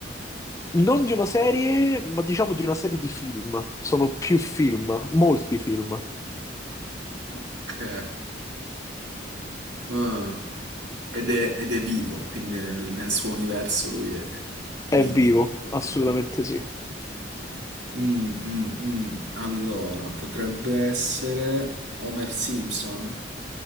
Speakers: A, on the left; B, on the right.
A: Non di una serie, ma diciamo di una serie di film. Sono più film, molti film.
B: Ok. Ah. Ed è, ed è vivo, quindi nel, nel suo universo lui è vivi.
A: È vivo, assolutamente
B: È vivo.
A: sì.
B: Mm, mm, mm. Allora, potrebbe essere Homer Simpson.